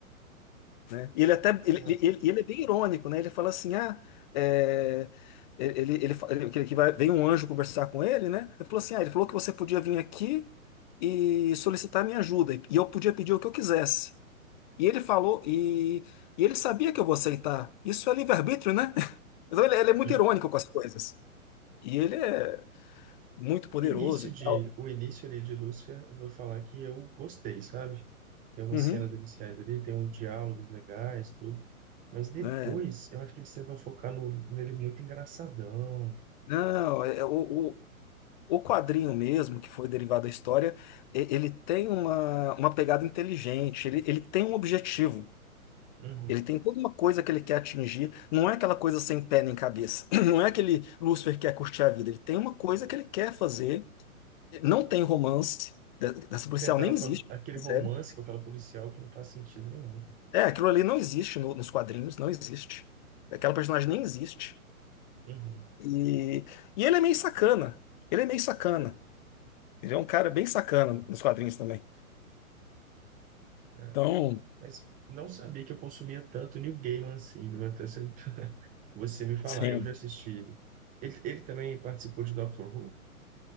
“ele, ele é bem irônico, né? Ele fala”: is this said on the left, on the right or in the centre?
Left